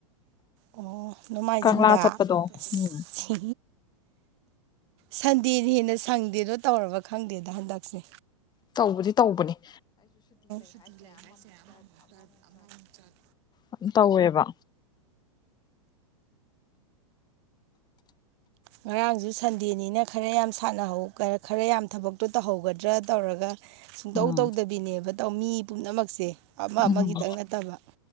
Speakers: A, on the right (about 55°); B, on the left (about 25°).
A: ꯑꯣ ꯅꯣꯡꯃꯥꯏꯖꯤꯡꯗ
B: ꯀꯪꯂꯥ ꯆꯠꯄꯗꯣ
A: ꯏꯁ
B: ꯎꯝ
A: ꯁꯟꯗꯦꯅ ꯍꯦꯟꯅ ꯁꯪꯗꯦꯅꯣ ꯇꯧꯔꯕ ꯈꯪꯗꯦꯗ ꯍꯟꯗꯛꯁꯦ
B: ꯇꯧꯕꯗꯤ ꯇꯧꯕꯅꯦ
A: ꯁꯨꯇꯤ ꯂꯩ ꯍꯥꯏꯁꯦ ꯑꯃꯃꯨꯛ ꯆꯠ ꯑꯃꯃꯨꯛ ꯆꯠ
B: ꯑꯗꯨ ꯇꯧꯋꯦꯕ
A: ꯉꯔꯥꯡꯁꯨ ꯁꯟꯗꯦꯅꯤꯅ ꯈꯔ ꯌꯥꯝ ꯁꯥꯟꯅꯍꯧ ꯈꯔ ꯌꯥꯝ ꯊꯕꯛꯇꯣ ꯇꯧꯍꯧꯒꯗ꯭ꯔꯥ ꯇꯧꯔꯒ ꯁꯨꯡꯇꯧ
B: ꯎꯝ
A: ꯇꯧꯗꯕꯤꯅꯦꯕ ꯇꯧ ꯃꯤ ꯄꯨꯝꯅꯃꯛꯁꯦ ꯑꯃ
B: ꯎꯝ
A: ꯑꯃꯒꯤꯇꯪ ꯅꯠꯇꯕ